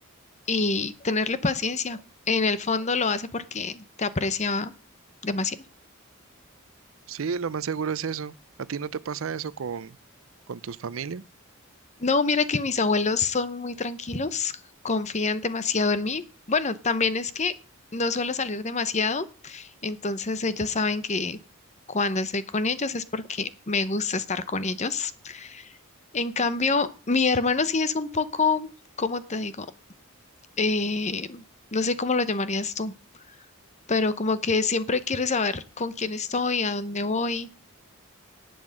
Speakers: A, on the left (about 35°); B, on the right (about 65°).
A: y tenerle paciencia. En el fondo lo hace porque te aprecia demasiado.
B: Sí, lo más seguro es eso. ¿A ti no te pasa eso con, con tus familias?
A: No, mira que mis abuelos son muy tranquilos, confían demasiado en mí. Bueno, también es que no suelo salir demasiado, entonces ellos saben que cuando estoy con ellos es porque me gusta estar con ellos. En cambio, mi hermano sí es un poco, ¿cómo te digo? Eh, no sé cómo lo llamarías tú, pero como que siempre quiere saber con quién estoy, a dónde voy